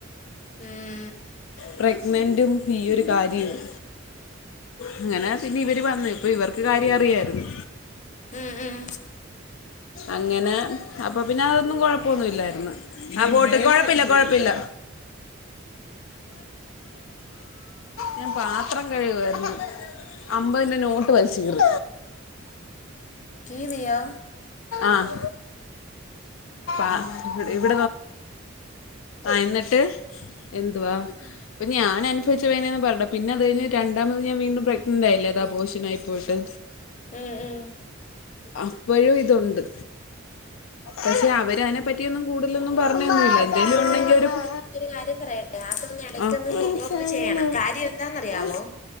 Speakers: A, on the left (about 40°); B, on the left (about 80°).
A: ഉം
B: പ്രഗ്നന്റും ഈയൊരു കാര്യവും അങ്ങനെ പിന്നെയിവര് വന്ന് ഇപ്പൊ ഇവർക്ക് കാര്യ അറിയായിരുന്നു
A: ഉം ഉം
B: അങ്ങനെ അപ്പൊപിന്നെ അതൊന്നും കൊഴപ്പൊന്നുല്ലായിര്ന്ന് ആഹ് പോട്ട് കൊഴപ്പില്ല കൊഴപ്പില്ല ഞാൻ പാത്രം കഴുവായിര്ന്ന് അമ്പതിന്റെ നോട്ട് വലിച്ച് കീറി
A: ആക്കീറിയോ
B: ആഹ് ആഹ് എന്നെട്ട് എന്തുവാ അപ്പൊ ഞാനനുഭവിച്ച വേനെയൊന്നും പറയണ്ട പിന്നെ അത് കഴിഞ് രണ്ടാമത് ഞാൻ വീണ്ടും പ്രെഗ്നന്റായില്ലെ അത് അപോഷനായി പോയിട്ട്
A: ഉം ഉം
B: അപ്പൊഴും ഇതുണ്ട് പക്ഷെ അവരയിനെ പറ്റിയൊന്നും കൂടുതലൊന്നും പറഞ്ഞൊന്നുമില്ല എന്തെങ്കിലും
A: പക്ഷെ
B: ഉണ്ടെങ്കിൽ
A: ഞാനിതിനകത്തൊരു
B: ഒരു
A: കാര്യം പറയട്ടെ അതൊന്ന് ഇടക്കൊന്ന്
B: ആ മനസ്സാണ്
A: ഫോളോഅപ്പ് ചെയ്യണം കാര്യ യെന്താന്നറിയാവോ
B: ആ